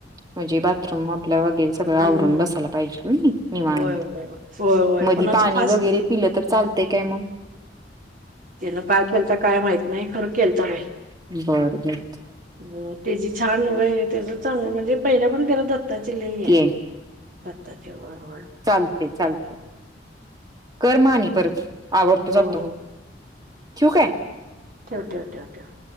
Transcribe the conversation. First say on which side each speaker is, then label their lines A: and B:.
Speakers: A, on the right; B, on the right.
A: म्हणजे बाथरूम आपल्या वगैर सगळं आवरून
B: हम्म
A: बसायला पाहिज कणी निवांत
B: होय होय होय होय
A: मधी
B: कोणाच
A: पाणी
B: फास्ट
A: वगैरे पिलं तर चालतय काय मग
B: तिनं काय केलता काय माहित नाही खरं केलता बाई
A: बरं बरं
B: ह त्येजी छान व्हय त्याच चांगलं म्हणजे पहिला पण त्याला दत्ताची लई हे हाय
A: <inaudible>
B: दत्ताची ओढ व्हय
A: चालतंय चालतंय... कर मग आणि परत आवरतो जातो
B: हो हो
A: ठेऊ काय
B: ठेवं ठेवं ठेवं ठेवं